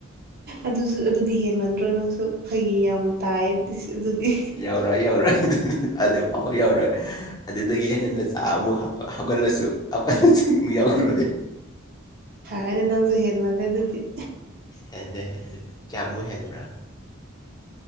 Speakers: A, on the right (about 50°); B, on the left (about 20°).
A: ꯑꯗꯨꯁꯨ ꯑꯗꯨꯗꯤ ꯍꯦꯟꯃꯟꯗ꯭ꯔꯣ ꯅꯪꯁꯨ ꯐꯩꯒꯤ ꯌꯥꯝ ꯇꯥꯏ ꯑꯗꯨꯗꯤ
B: ꯌꯧꯔꯛꯑ ꯌꯧꯔꯛꯏ ꯑꯗꯨꯐꯥꯎ ꯌꯧꯔꯣꯏ ꯑꯗꯨꯗꯒꯤ ꯍꯦꯟꯅ ꯅꯆꯥ ꯑꯃꯨꯛ ꯍꯥꯞꯀꯠ ꯍꯞꯀꯠꯂꯁꯨ ꯍꯥꯞꯀꯠꯂꯁꯨ ꯑꯃꯨꯛ ꯌꯥꯎꯔꯣꯏ
A: ꯍꯥꯏꯔꯗꯤ ꯅꯪꯁꯨ ꯍꯦꯟꯃꯜꯂꯦ ꯑꯗꯨꯗꯤ
B: ꯍꯦꯟꯗꯦ ꯍꯦꯟꯗꯦ ꯀꯌꯥꯃꯨꯛ ꯍꯦꯟꯕ꯭ꯔꯥ